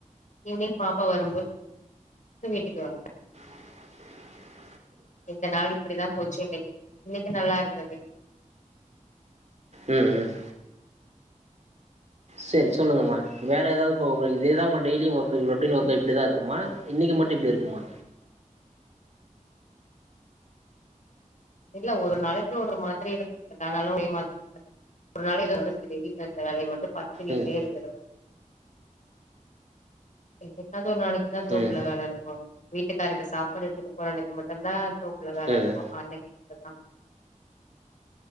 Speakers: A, on the left; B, on the right.
A: ஈவினிங் பாப்பா வரும்போது வீட்டுக்கு வந்துடன்
B: <inaudible>
A: இந்த நாள் இப்படிதான் போச்சு இன்னைக்கு இன்னைக்கு நல்லா இருந்தது
B: உஹம் உம் சரி சொல்லுங்கமா வேற ஏதாவதுி ஒர்க இப்படிதான் இருக்குமா இன்னைக்கு மட்டும் இப்படி இருக்குமா
A: இல்ல ஒரு நாளைக்கு ஒரு மாதிரி இருக்க அதனாலும் ஒரே மாதிரி இருக்கது ஒரு நாளை இதோட ச வீட்டு இரு வேலையை மட்டும் பத்துட்டு வீட்டே
B: ம்
A: இருந்துருவேன் என்னைக்காவது ஒரு நாளைக்கு தா தோப்புல
B: ம்
A: வேல இருக்கூ வீட்டுக்காரருக்கு சாப்பாடு எடுத்துட்டு போற அன்னைக்கு மட்டூ தா தோப் புல வேல
B: ம்
A: இருக்கூ அன்னைக்கு மட்டூ தா